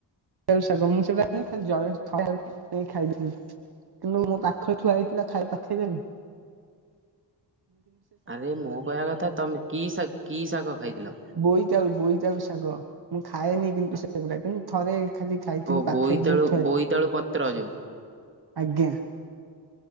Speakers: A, on the right; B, on the right.
A: ଶାଗ ମୁଁ ସେଟା ଖାଏନି ଖାଲି ଜଳରେ ଥଣ୍ଡା ନେଇ ଖାଇଥିଲି। କିନ୍ତୁ ମୋ ପାଖରେ ଥୁଆ ହେଇଥିଲା ଖାଇ ପାଖେଇ
B: ଆରେ ମୁଁ କହିବା କଥା ତମେ କି ଶାଗ କି ଶାଗ ଖାଇଥିଲ?
A: ବୋଇତାଳୁ ବୋଇତାଳୁ ଶାଗ ମୁଁ ଖାଏନି କିନ୍ତୁ ସେଗୁଡା। କିନ୍ତୁ ଥରେ ଖାଲି ଖାଇଥିଲି
B: ଓ
A: ପାଖରେ
B: ବୋଇତାଳୁ
A: ଯେହେତୁ ଥୁଆ
B: ବୋଇତାଳୁ ପତ୍ର ଯଉ
A: ଆଜ୍ଞା।